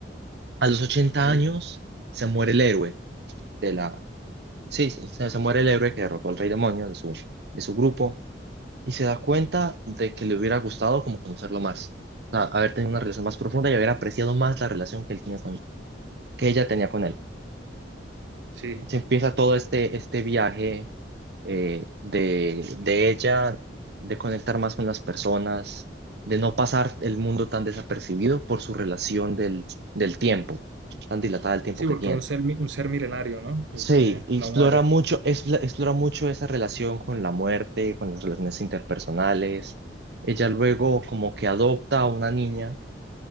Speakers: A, on the right; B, on the right.
A: A los ochenta
B: ok.
A: años se muere el héroe de la... Sí, se- se muere el héroe que derrotó al rey demonio de su, de su grupo y se da cuenta de que le hubiera gustado como conocerlo más, o sea, haber tenido una relación más profunda y haber apreciado más la relación que él tenía con, que ella tenía con él.
B: Sí,
A: Se empieza todo este, este viaje eh, de, de ella, de conectar más con las personas, de no pasar el mundo tan desapercibido por su relación del, del tiempo, tan dilatada el tiempo
B: sí,
A: que
B: porque
A: tiene.
B: un ser, mi- un ser milenario, ¿no? Que,
A: Sí,
B: que
A: y
B: no
A: explora
B: muere.
A: mucho, expla- explora mucho esa relación con la muerte, con las relaciones interpersonales. Ella luego como que adopta a una niña